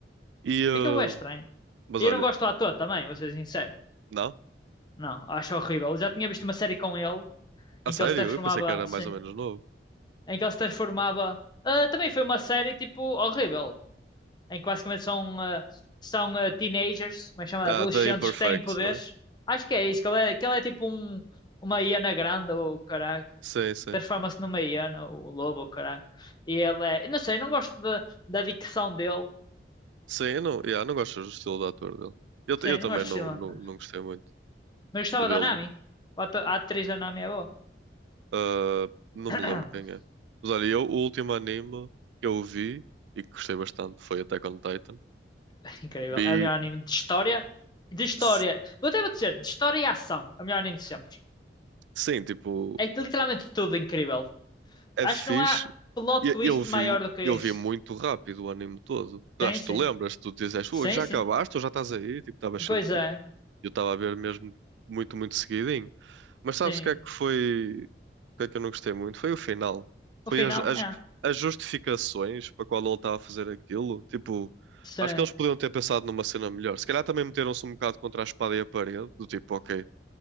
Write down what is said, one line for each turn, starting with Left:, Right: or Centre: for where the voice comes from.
Right: E, ah,
Left: Fica bué estranho.
Right: Mas
Left: E
Right: olha,
Left: eu não gosto do ator também, vou ser sincero.
Right: não?
Left: Não, acho horrível. Eu já tinha visto uma série com ele
Right: A
Left: em
Right: sério?
Left: que ele se transformava,
Right: Eu pensei que era
Left: sim,
Right: mais ou menos novo.
Left: em que ele se transformava. Ah, também foi uma série tipo horrível. em que basicamente são, eh, são eh, teenagers, como é que chama?
Right: Ah,
Left: Adolescentes
Right: da Imperfect,
Left: que têm poderes.
Right: não é?
Left: Acho que é isso, que ele é, que ele é tipo um, uma hiena grande, ou caralho.
Right: Sim, sim.
Left: Transforma-se numa hiena, ou um lobo, ou caralho. E ele é. Não sei, não gosto de, da dicção dele.
Right: Sim, eu não, yeah, não gosto do estilo de ator dele. Eu,
Left: Sim,
Right: eu também
Left: não gosto
Right: não,
Left: de Sri Lanka.
Right: não, não gostei muito
Left: Mas gostava
Right: de vê-lo.
Left: da Nami. A atu- a atriz da Nami é boa.
Right: Ah, não
Left: <coughs>
Right: me lembro quem é. Mas olha, eu, o último anime que eu vi e que gostei bastante foi Attack on Titan.
Left: <clears throat> Incrível.
Right: Vi,
Left: É o melhor anime de história. De história.
Right: s-
Left: Vou até vou dizer, de história e ação. É o melhor anime de sempre.
Right: sim, tipo,
Left: É literalmente tudo incrível.
Right: é
Left: Acho
Right: fixe.
Left: que não há plot
Right: E-
Left: twist
Right: Eu, vi,
Left: maior do que
Right: eu
Left: isso.
Right: vi muito rápido o anime todo. Acho
Left: Sim, sim.
Right: que tu lembras, tu dizes, "Ui,
Left: Sim,
Right: já
Left: sim.
Right: acabaste ou já estás aí? Tipo, estavas sempre
Left: Pois é.
Right: Eu estava a ver mesmo muito, muito seguidinho. Mas
Left: Sim.
Right: sabes o que é que foi? O que é que eu não gostei muito? Foi o final.
Left: O
Right: Foi
Left: final,
Right: as, as,
Left: é.
Right: as justificações para qual ele estava a fazer aquilo. Tipo,
Left: Sim,
Right: acho que eles podiam ter pensado numa cena melhor. Se calhar também meteram-se um bocado contra a espada e a parede. Do tipo, ok,